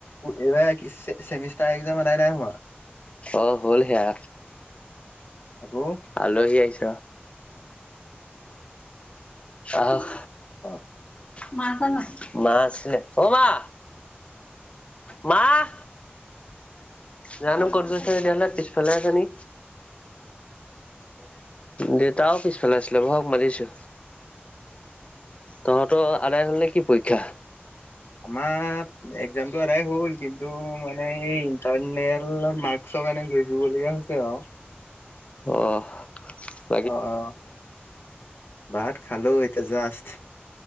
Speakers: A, on the left (about 65°); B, on the left (about 30°).
A: এইবাৰ চেমিষ্টাৰ এক্সজাম আদায় নাই হোৱা।
B: অ' হ'ল সেয়া।
A: আকৌ
B: আলহী আহিছ, আহক।
A: অঁ'
B: মা আছেনে নাই? মা আছে, অ' মা। মাঁ' জানো ক'ত গৈছে তেতিয়াহলে পিছফালে আছে নি? দেউতাও পিছফালে আছিলে, বহক মাতিছো। তহঁতৰ আদায় হ'ল নে কি পৰীক্ষা?
A: আমাৰ এক্জামটো আদায় হল, কিন্তু মানে এই- তাৰ নেলৰ মাক্সৰ কাৰণে ঘূৰি ফুৰিবলগীয়া হৈছে আও।
B: অ'হ।
A: অঁ অঁ ভাত খালো এতিয়া জাষ্ট।